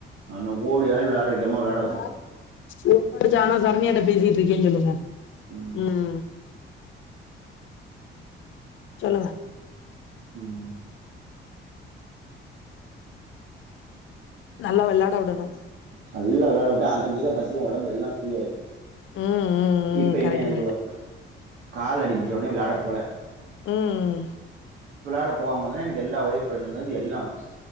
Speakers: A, on the right; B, on the left.
A: நல்லா ஓடி ஆடி வெளாடுற கேமா
B: <unintelligible>
A: விளாட வச்சிரணு
B: சாரனியாட பேசிட் இருக்கேன் சொல்லுங்க
A: ம்
B: உம் சொல்லுங்க
A: உஹ்ம்
B: நல்லா வெள்ளாட விடணு
A: நல்ல வெளாட விட்டா ஆட்டோமடிக்கா பசியு ஒடம்பு எல்லா ஃப்ரீயாய்
B: ம், ம்,
A: இப்பயுமே
B: ம். கரெக்ட்,
A: எனக்கு
B: கரெக்ட்.
A: வ கால் அடிபட்ட உடனே விளாட போல
B: உம் உம்
A: ட போகாம இருந்தோனே எனக்கு எல்லா வயிர் பிரச்சனைல இருந்து எல்லா வந்துச்சு